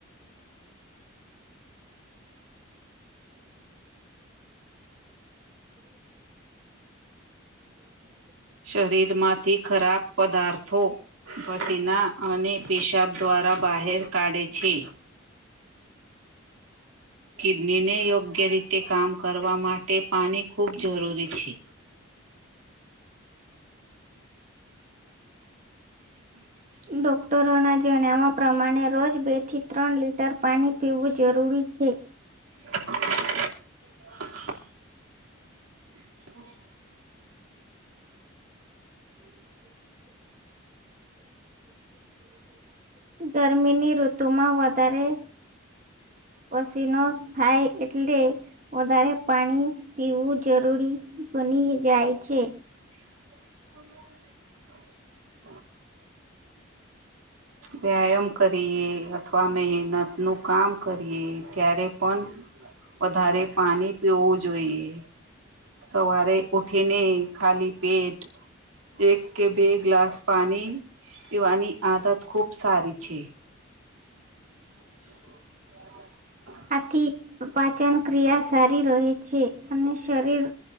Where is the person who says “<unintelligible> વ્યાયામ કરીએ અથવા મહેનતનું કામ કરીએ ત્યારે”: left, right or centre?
Right